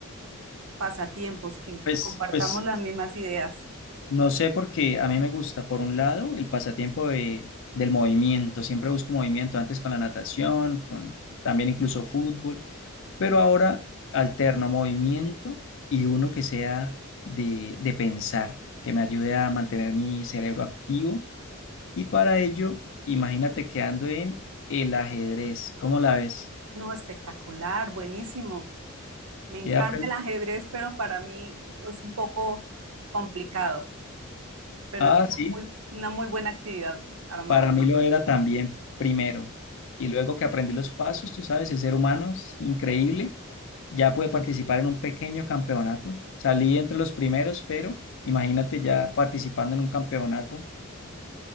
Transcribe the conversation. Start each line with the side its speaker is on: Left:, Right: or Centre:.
Right: pasatiempos, que
Left: pues,
Right: compartamos
Left: pues
Right: las mismas ideas.
Left: No sé, porque a mí me gusta, por un lado, el pasatiempo de- del movimiento. Siempre busco movimiento, antes con la natación, con también incluso fútbol, pero ahora alterno movimiento y uno que sea de, de pensar, que me ayude a mantener mi cerebro activo. Y para ello, imagínate que ando en el ajedrez. ¿Cómo la ves?
Right: No, espectacular, buenísimo. Me encanta
Left: He apren-
Right: el ajedrez, pero para mí es un poco complicado. pero
Left: Ah,
Right: es una
Left: sí.
Right: muy, una muy buena actividad, Armando.
Left: Para mí lo era también primero. Y luego que aprendí los pasos, tú sabes, el ser humano es increíble. Ya pude participar en un pequeño campeonato. Salí entre los primeros, pero imagínate ya participando en un campeonato.